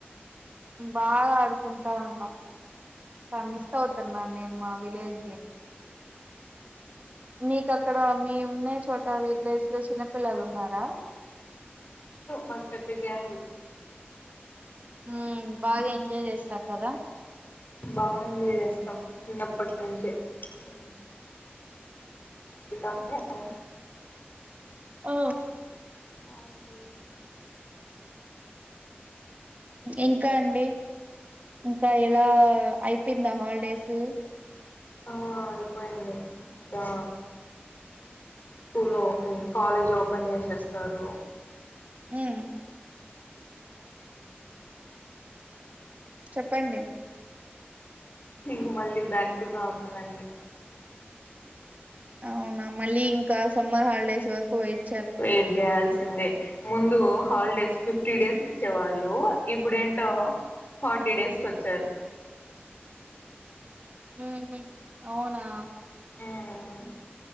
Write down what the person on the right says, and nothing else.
బాగా ఆడుకుంటా ఉన్నాం మిస్ అవుతున్నాను నేను మా విలేజ్ ని మీకు అక్కడ మీ ఉన్న చోట విలేజ్ లో చిన్నపిల్లలు ఉన్నారా
హ బాగా ఎంజాయ్ చేస్తారు కదా
ఆ
ఇంకా అండి ఇంకా ఎలా అయిపోయిందా హాలిడేస్
ఉమ్ చెప్పండి
అవునా మళ్ళీ ఇంకా సమ్మర్ హాలిడేస్ వరకు వెట్
ఉమ్ హు అవునా